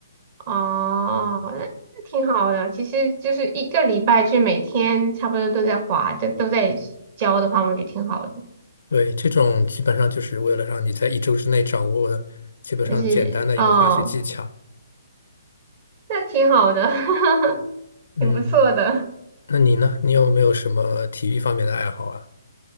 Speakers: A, on the right; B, on the left.
A: 哦，那那挺好的，其实就是一个礼拜就每天差不多都在花，都都在交的话，我觉得挺好的，
B: 对，这种基本上就是为了让你在一周之内掌握基本上简单的一个滑雪技巧。
A: 就是哦。那挺好的，<laughs>
B: 嗯，
A: 挺不错的。
B: 那你呢？你有没有什么体育方面的爱好啊？